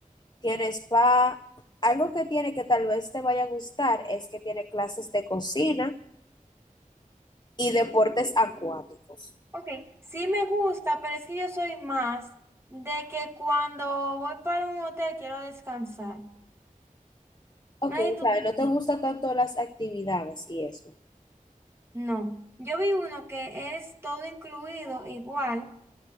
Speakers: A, on the left; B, on the right.
A: tiene spa. Algo que tiene que tal vez te vaya a gustar es que tiene clases de cocina y deportes acuáticos.
B: Ok, sí me gusta, pero es que yo soy más de que cuando voy para un hotel quiero descansar.
A: Ok,
B: Nadie
A: o
B: tú
A: sea,
B: me entiendes.
A: no te gustan tanto las actividades y eso.
B: No, yo vi uno que es todo incluido igual